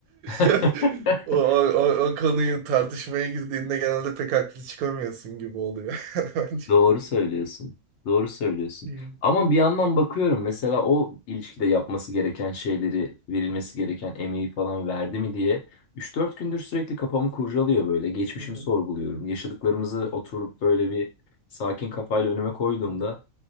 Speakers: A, on the left; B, on the right.
A: <laughs>
B: <laughs> O, o, o, o konuyu tartışmaya girdiğinde genelde pek haklı çıkamıyorsun gibi oluyor <laughs> bence.
A: Doğru söylüyorsun. Doğru söylüyorsun.
B: Hı hı.
A: Ama bir yandan bakıyorum mesela o ilişkide yapması gereken şeyleri, verilmesi gereken emeği falan verdi mi diye üç dört gündür sürekli kafamı kurcalıyor böyle. Geçmişimi
B: Hı hı.
A: sorguluyorum. Yaşadıklarımızı oturup böyle bir sakin kafayla önüme koyduğumda
B: Hı hı.